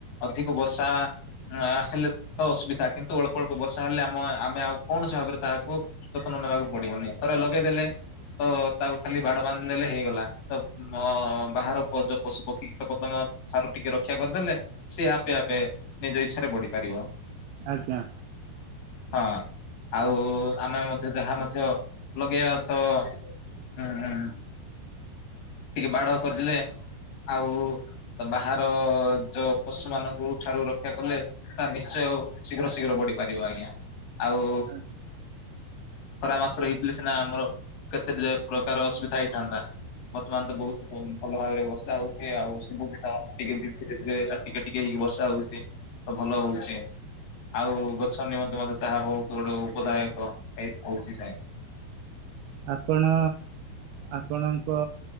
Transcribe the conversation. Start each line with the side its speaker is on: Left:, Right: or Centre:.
Left: ଅଧିକ ବର୍ଷା ହେଲେ ତ ଅସୁବିଧା। କିନ୍ତୁ ଅଳ୍ପ ଅଳ୍ପ ବର୍ଷା ହେଲେ ଆମ ଆମେ ଆଉ କୌଣସି ଭାବରେ ତାହା ଯତ୍ନ ନେବାକୁ ପଡିବନି। ଥରେ ଲଗେଇଦେଲେ ତ ତାକୁ ଖାଲି ବାଡ ବାନ୍ଧି ଦେଲେ ହେଇଗଲା। ତ ବାହାର ପଶୁ ପକ୍ଷୀ କୀତ ପତଙ୍ଗ ଠାରୁ ଟିକେ ରକ୍ଷା କରିଦେଲେ ସିଏ ଆପେ ଆପେ ନିଜ ଇଚ୍ଛାରେ ବଢି ପାରିବ।
Right: ଆଜ୍ଞା।
Left: ହଁ ଆଉ ଆମେ ମଧ୍ୟ ଯାହା ମଧ୍ୟ ଲଗେଇବା ତ ହୁଁ ହୁଁ ଟିକେ ବାଡ କରିଦେଲେ ଆଉ ବାହାର ଯୋଉ ପଶୁ ମାନ ଠାରୁ ରକ୍ଷା କଲେ ତା ନିଶ୍ଚୟ ଆଉ ଶୀଘ୍ର ଶୀଘ୍ର ବଢି ପାରିବ ଆଜ୍ଞା। ଆଉ
Right: ଆଜ୍ଞା।
Left: ଖରା ମାସରେ ହେଇଥିଲେ ସିନା ଆମର କେତେ ପ୍ରକାର ଅସୁବିଧା ହେଇଥାନ୍ତା। ବର୍ତ୍ତମାନ ତ ବହୁତ ଭଲ ଭାବରେ ବର୍ଷା ହଉଚି। ଆଉ ସବୁଦିନ <unintelligible> ଟିକେ ଟିକେ ହେଇକି ବର୍ଷା ହଉଚି। ତ ଭଲ ହଉଚି କି ଆଉ ଗଛ ନିମନ୍ତେ ମଧ୍ୟେ ତାହା ବହୁତ ଗୁଡେ ଉପଦାୟକ ହେଇ ହଉଚି। <inaudible>
Right: ଆପଣ ଆପଣଙ୍କ